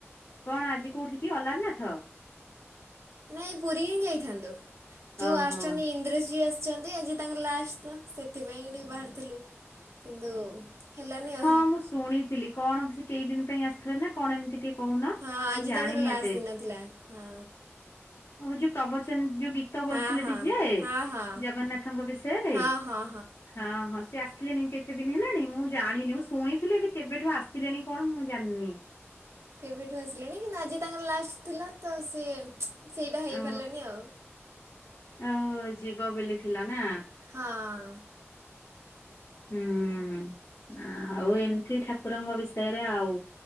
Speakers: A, on the left (about 80°); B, on the right (about 75°).
A: କଣ ଆଜି କୋଉଠିିକି ଅଲାରନାଥ?
B: ନାଇଁ ପୁରୀ ହିଁ ଯାଇଥାନ୍ତୁ ଯୋଉ
A: ଓହୋ।
B: ଆସୁଛନ୍ତି ଇନ୍ଦ୍ରଜୀ ଆସିଛନ୍ତି ଆଜି ତାଙ୍କର ଲାଷ୍ଟ ସେଥିପାଇଁ ଟିକେ ବାହାରିଥିଲୁ କିନ୍ତୁ ହେଲାନି ଆଉ
A: ହଁ ମୁଁ ଶୁଣିଥିଲି କଣ ସେ କେଇଦିନ ପାଇଁ ଆସିଥିଲେ ନା କଣ ଏମିତି ଟିକେ। କହୁନ?
B: ହଁ ଆଜି
A: ମୁଁ ଜାଣିନି
B: ତାଙ୍କର ଲାଷ୍ଟ
A: ଏତେ।
B: ଦିନ ଥିଲା ହଁ।
A: ହଉଛି ପ୍ରବଚନ ଯୋଉ ଗୀତ ବୋଲିଥିଲେ
B: ହଁ ହଁ
A: ଟି ଯିଏ
B: ହଁ ହଁ
A: ଜଗନ୍ନାଥଙ୍କ ବିଷୟରେ
B: ହଁ ହଁ
A: ହଁ ହଁ। ସେ ଆସିଲେଣି କେତେଦିନି ହେଲାଣି ମୁଁ ଜାଣିନି ମୁଁ ଶୁଣିଥିଲି ଏବେ କେବେଠୁ ଆସିଲେଣିି କଣ ମୁଁ ଜାନିନି।
B: କେବେଠୁ ଆସିଲେଣି କିନ୍ତୁ ଆଜି ତାଙ୍କର ଲାଷ୍ଟ ଥିଲା ତ ସିଏ ସେଇଟା ହେଇପାରିଲାଣିି
A: ଅ
B: ଆଉ।
A: ଓ ହ ଯିବବୋଲି ଥିଲା ନା।
B: ହଁ।
A: ହୁଁ ହୁଁ ଆଉ ଏମିତି ଠାକୁରଙ୍କ ବିଷୟରେ ଆଉ।